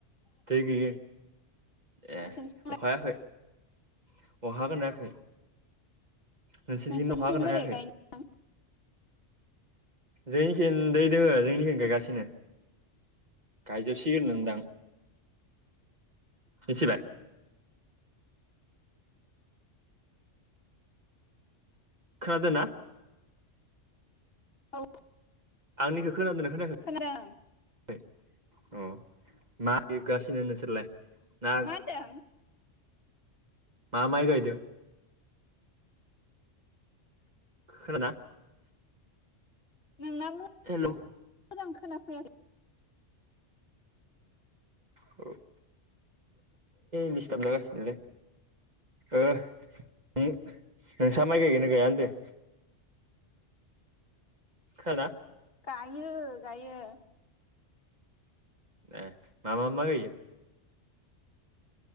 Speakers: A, on the right; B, on the left.
A: दै गैयै। एह
B: नोंसिनिथिंलाय
A: अखा हायाखै? अखा हागोनना हायाखै? नोंसिनिथिं
B: नोंसोरनिथिं
A: अखा हागोनना
B: बोरै
A: हायाखै?
B: गायनो
A: जोंनिखै दै दोङो जोंनिखै गायगासिनो। गायजोबसिगोन नोंदां। मिथिबाय। खोनादो ना?
B: औ।
A: आंनिखो खोनादोना खोनायाखै?
B: खोनादों
A: अह मा इगासिनो नोंसोरलाय? ना
B: मा होनदों?
A: मा माइ गायदों? <unintelligible>
B: नोंना मोजां
A: हेलौ
B: खोनाफैयाखै।
A: <unintelligible> दिस्थाब जागासिनोलै। ओ नों नोंसा माइ गायगोना गाया होनदो? खोनादोना?
B: गायो गायो।
A: एह मा मा माय गायो?